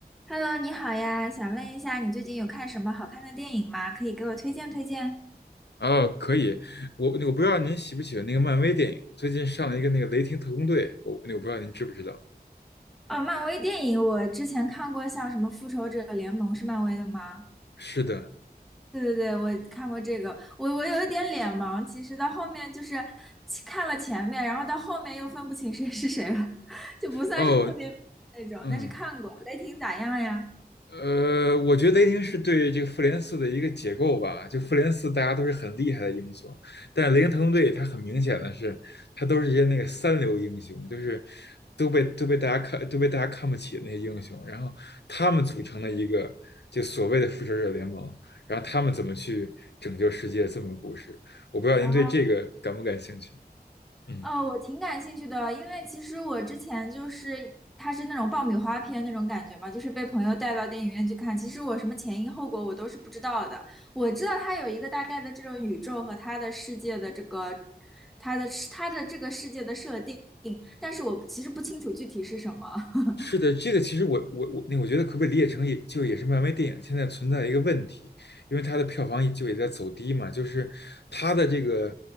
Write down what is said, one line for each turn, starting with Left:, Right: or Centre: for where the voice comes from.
Centre: Hello，你好呀，想问一下，你最近有看什么好看的电影吗？可以给我推荐推荐。
Left: 哦，可以，我我不知道您喜不喜欢那个漫威电影，最近上了一个那个《雷霆特工队》，我我不知道您知不知道？
Centre: 哦，漫威电影我之前看过，像什么《复仇者联盟》是漫威的吗？
Left: 是的，
Centre: 对对对，我看过这个，我我有一点脸盲，其实到后面就是看了前面，然后到后面又分不清谁是谁了，<laughs> 就不算是特别那种，
Left: 哦，嗯，
Centre: 但是看过。雷霆咋样呀？
Left: 呃，我觉得雷霆是对这个复联四的一个解构吧。就复联四，大家都是很厉害的英雄，但是雷霆特工队它很明显的是，他都是一些那个三流英雄，就是都被都被大家看都被大家看不起的那些英雄。然后他们组成了一个就所谓的复仇者联盟，然后他们怎么去拯救世界这么个故事。我不知道您对这个感不感兴趣？
Centre: 哦，
Left: 嗯。
Centre: 呃，我挺感兴趣的，因为其实我之前就是它是那种爆米花片那种感觉嘛，就是被朋友带到电影院去看。其实我什么前因后果我都是不知道的，我知道它有一个大概的这种宇宙和它的世界的这个它的它的这个世界的设定，但是我其实不清楚具体是什么。<laughs>
Left: 是的，这个其实我我我，那我觉得可不可以理解成也就也是漫威电影现在存在一个问题，因为它的票房就也在走低嘛，就是它的这个